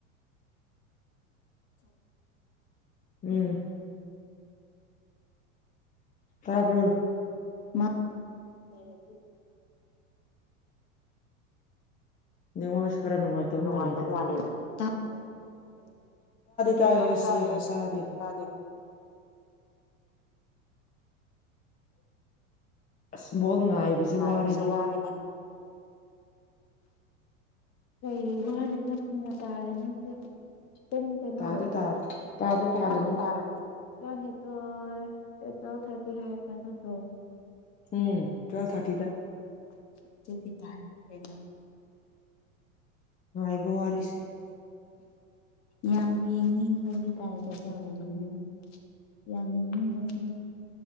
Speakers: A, on the left (about 40°); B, on the left (about 20°).
A: ꯍꯝ
B: ꯎꯝ ꯇꯥꯕ꯭ꯔ‌ꯣ
A: ꯃꯥ ꯂꯩꯔꯗꯤ
B: ꯅꯦꯠꯋꯥꯛꯁꯦ ꯈꯔ
A: ꯎꯝ
B: ꯅꯨꯡꯉꯥꯏꯇꯕ
A: ꯅꯨꯡꯉꯥꯏ
B: ꯃꯥꯜꯂꯦꯗ
A: ꯇꯧ ꯃꯥꯜꯂꯤꯇꯥ ꯇꯥꯗꯔꯣ ꯎꯝ
B: ꯇꯥꯏꯌꯦ
A: ꯇꯥꯗꯤ ꯇꯥꯏ
B: ꯁꯦꯡꯅ
A: ꯑꯦ ꯑꯩꯁꯦ
B: ꯇꯥꯗꯦꯕ
A: ꯇꯗꯤ
B: ꯑꯁ ꯕꯣꯜ ꯉꯥꯏꯕꯁꯦ
A: ꯍꯥꯏꯕꯁꯦ
B: ꯋꯥꯔꯦꯅꯦ
A: ꯋꯥꯔꯤꯅꯦ ꯀꯩ ꯋꯥꯔꯤꯔ ꯅ ꯊꯨꯅ ꯇꯥꯔꯅꯤꯁꯦ ꯄꯨꯡ ꯀꯩꯅꯣ
B: ꯇꯥꯗꯤ ꯇꯥꯔꯦ ꯇꯥꯗꯤ ꯇꯥꯔꯅꯤ
A: ꯇꯥꯗꯦ ꯇꯥꯔꯗꯤ ꯥꯇꯔꯥꯅꯤꯊꯣꯏ ꯑꯦꯇꯣ ꯊꯥ꯭ꯔꯒꯇꯤ ꯍꯥꯏꯕ ꯅꯠꯇ꯭ꯔꯣ
B: ꯎꯝ ꯇ꯭ꯋꯦꯜ ꯊꯥꯔꯇꯤꯗ
A: ꯑꯗꯨꯗꯤ ꯊꯅ ꯂꯩꯩꯅ
B: ꯉꯥꯏ ꯔꯤꯁꯤ
A: ꯌꯥꯝ ꯌꯦꯡꯅꯤꯡꯕꯒꯤ ꯇꯥꯏꯒ ꯇꯧꯕꯅꯤ ꯌꯥꯝꯃꯤꯃꯤꯟꯅꯁꯨ